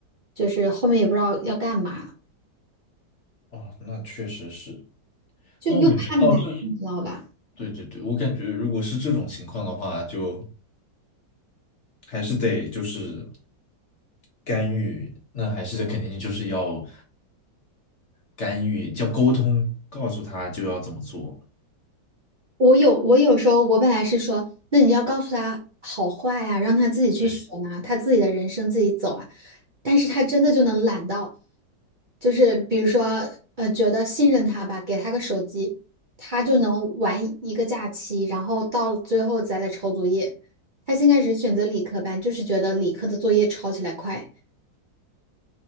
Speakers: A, on the right; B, on the left.
A: 就是后面也不知道要干嘛。
B: 哦，那确实是。
A: 就又怕难，
B: 那我感觉到这，
A: 你知道吧？
B: 对对对，我感觉如果是这种情况的话，就。还是得就是干预，那还是肯定就是要干预，叫沟通，告诉他就要怎么做。
A: 我有我有时候我本来是说，那你要告诉他好坏呀、让他自己去学啊，
B: 对，
A: 他自己的人生自己走啊。但是他真的就能懒到，就是比如说呃，觉得信任他吧，给他个手机，他就能玩一个假期，然后到了最后再来抄作业。他先开始选择理科班，就是觉得理科的作业抄起来快。